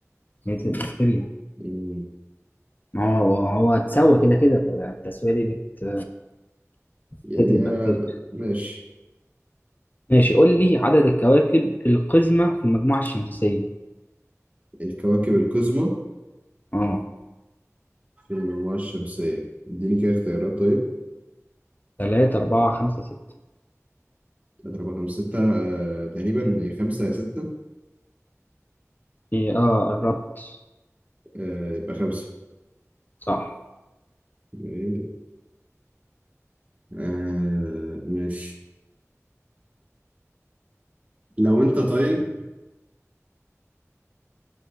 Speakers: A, on the left; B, on the right.
A: هي تبقى بكتيريا
B: مم،
A: ما هو هو اتسوى كده كده التسوية دي بت
B: يعني
A: بتقتل البكتيريا
B: هي ب- ماشي
A: ماشي قول لي عدد الكواكب القزمة في المجموعة الشمسية
B: الكواكب القزمة
A: اه
B: في المجموعة الشمسية اديني كده اختيارات طيب
A: تلاتة أربعة خمسة ستة
B: أضربها خمسة ستة آه، تقريبا خمسة يا ستة
A: إيه اه قربت
B: آه يبقى خمسة
A: صح
B: إيه؟ آه ماشي لو انت طيب